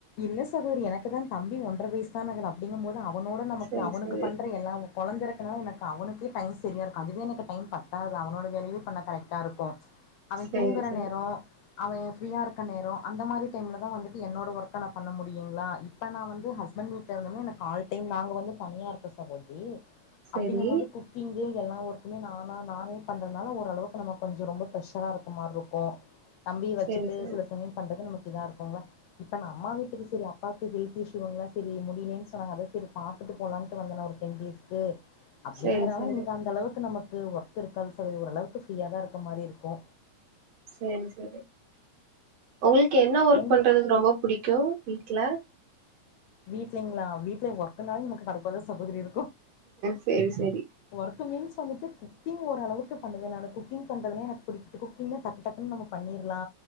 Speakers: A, on the left; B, on the right.
A: இல்ல சகோதரி எனக்கு தா தம்பி ஒன்றர வயசதானக்குது அப்டிங்கும் போது அவனோட நமக்கு
B: சேரி
A: அவனுக்
B: சேரி
A: பன்ற எல்லா குழந்த இருக்கறனால எனக்கு அவனுக்கே டைம் சரியா இருக்கு அதுவே எனக்கு டைம் பத்தாது அவனோட வேலவே பண்ண கரெக்டா இருக்கு அவ
B: சேரி
A: தூங்குற
B: சேரி
A: நேரோ அவே ஃப்ரியா இருக்கிற நேரோ அந்த மாரி டைம்ல தா வந்து என்னோட ஒர்க் கனா பண்ண முடியுங்களா இப்ப நா வந்து ஹஸ்பண்ட் வீட்ல இருந்தமே எனக்கு ஆல் டைம் நாங்க வந்து தனியா இருக்க சகோதரி
B: சேரி
A: அப்டிங்கும் போது குக்கிங் இத எல்லா ஒர்க்குமே நானாக நானே பண்றனால ஓரளவுக்கு நம்ம கொஞ்ச ரொம்ப ப்ரெஷராக இருக்க மாரி இருக்கு தம்பி வச்சிட்டு
B: சேரி சேரி
A: சில சமயம் பண்றதுக்கு நமக் இங்கேதா இருக்கங்களா இப்போனா அம்மா வீட்டுக்கு சரி அப்பாவுக்கு ஹெல்த இஷ்யுங்களா சரி முடியலேன்னு சொன்னாங்க அதா சரி பார்த்துட்டு போலான்டு வந்தே ஒரு டென் டேஸ்க்கு அப்டிங்கறால
B: சேரி சேரி
A: இங்க அந்த அளவுக்கு நமக் க்கு ஒர்கு இருக்காது சகோசரி ஓரளவுக்கு ஃப்ரீயா தா இருக்க மாரி இருக்கு
B: சரி சரி உங்களுக்கு என்ன ஒர்க்
A: உங்க
B: பண்றதுக்கு ரொம்ப பிடிக்கு வீட்ல
A: வீட்லீங்களா வீட்டுல ஒர்க்னஒர்க்னால நமக்கு கடுப்பாதா சகோதரி இருக்
B: சேரி சேரி
A: ஒர்க் மீன்ஸ் வந்துட்டு குக்கிங் ஓரளவுக்கு பண்ணுவே நானு குக்கிங் பண்றதுல எனக்கு பிடிக்கு குக்கிங் டக்கு டக்குன்னு நம்ம பண்ணிறலா